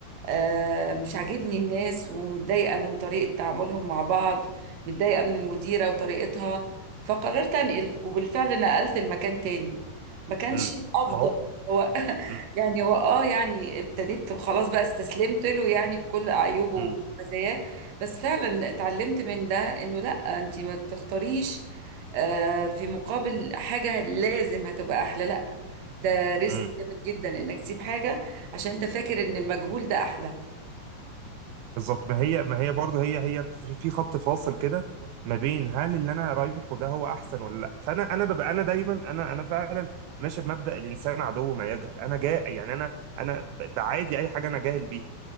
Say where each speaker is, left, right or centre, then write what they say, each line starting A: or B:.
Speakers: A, on the right (about 55°); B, on the right (about 80°).
A: آه، مش عاجبني الناس ومتضايقة من طريقة تعاملهم مع بعض متضايقة من المديرة وطريقتها فقررت أنقل وبالفعل نقلت المكان تاني ما كانش
B: امم
A: الافضل
B: ما هو
A: هو <laughs>
B: امم
A: يعني هو اه يعني ابتديت خلاص بقى استسلمت له يعني بكل عيوبه
B: امم
A: ومزاياه بس فعلا اتعلمت من ده انه لا انت ما تختاريش آه في مقابل حاجة لازم هتبقى احلى لا ده ريسك
B: امم.
A: جامد جدا انك تسيب حاجة عشان انت فاكر ان المجهول ده احلى
B: بالظبط ما هي ما هي برضه هي هي في في خط فاصل كده ما بين هل اللي انا رايحه ده هو احسن ولا لا فانا انا ببقى انا دايما انا انا فعلا ماشي بمبدأ الانسان عدو ما يجهل انا جا يعني انا انا ب- بعادي اي حاجه انا جاهل بيها